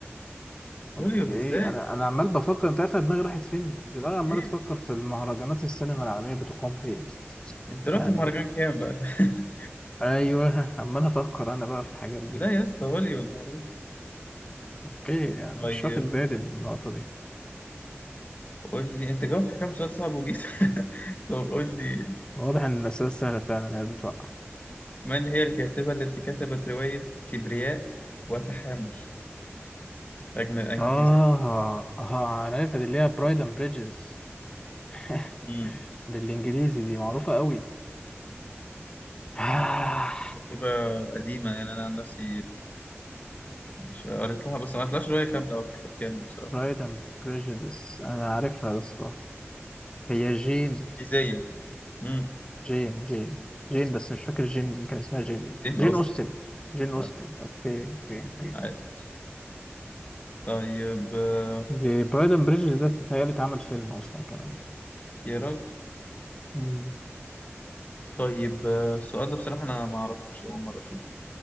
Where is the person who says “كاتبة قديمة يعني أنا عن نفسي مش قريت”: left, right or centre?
Left